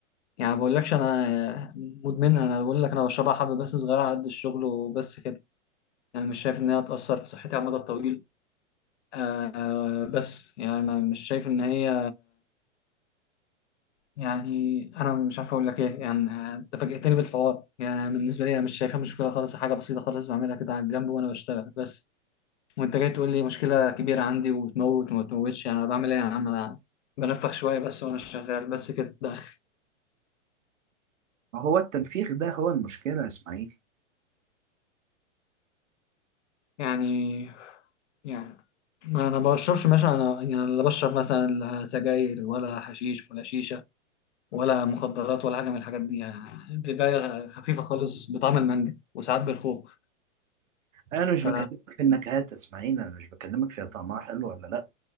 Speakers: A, on the left; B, on the right.
A: يعني ما بقولكش انا مدمنها انا بقول لك انا بشربها حبه بس صغيره على قد الشغل وبس كده يعني مش شايف ان هي هتاثر في صحتي على المدى الطويل آه آه، بس يعني انا مش شايف ان هي يعني انا مش عارف اقول لك ايه يعني انت فاجئتني بالحوار يعني بالنسبه لي انا مش شايفها مشكله خالص حاجه بسيطه خالص بعملها كده على الجنب وانا بشتغل بس وانت جاي تقول لي مشكلة كبيرة عندي وتموت وما تموتش انا بعمل ايه يا عم انا بنفخ شوية بس وانا شغال بس كده ده اخري
B: هو التنفيخ ده هو المشكلة يا اسماعيل
A: يعني يعني ما انا بشربش مثلا انا يعني لا بشرب مثلا لا سجاير ولا حشيش ولا شيشة ولا مخدرات ولا حاجة من الحاجات دي يعني بداية خفيفة خالص بطعم المانجا وساعات بالخوخ
B: انا مش
A: ف
B: بكلمك في النكهات اسماعيل انا مش بكلمك فيها طعمها حلو ولا لا